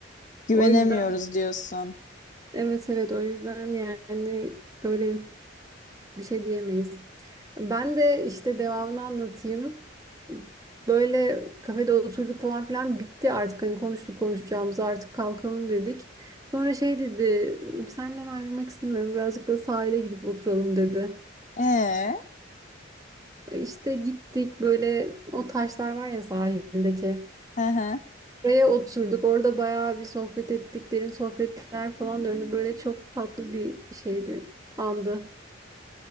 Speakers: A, on the left; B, on the right.
A: güvenemiyoruz
B: O yüzden
A: diyorsun.
B: evet evet o yüzden yani böyle bir şey diyemeyiz. Ben de işte devamını anlatayım. Böyle kafede oturduk falan filan bitti artık. Hani konuştuk konuşacağımızı artık kalkalım dedik. Sonra şey dedi, senden ayrılmak istemiyorum birazcık da sahile gidip oturalım dedi.
A: Ee,
B: İşte gittik böyle o taşlar var ya sahildeki.
A: hı hı.
B: Oraya oturduk. Orada bayağı bir sohbet ettik. Derin sohbetler falan döndü. Böyle çok tatlı bir şeydi, andı.